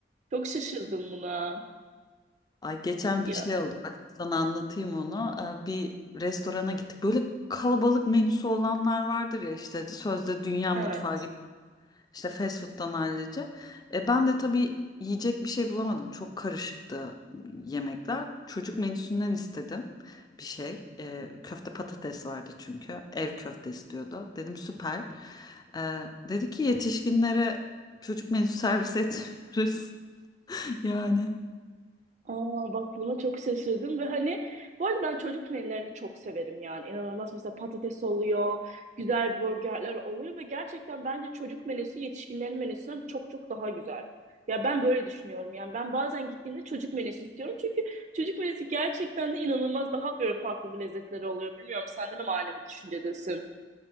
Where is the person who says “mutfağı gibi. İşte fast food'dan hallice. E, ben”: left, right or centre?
Left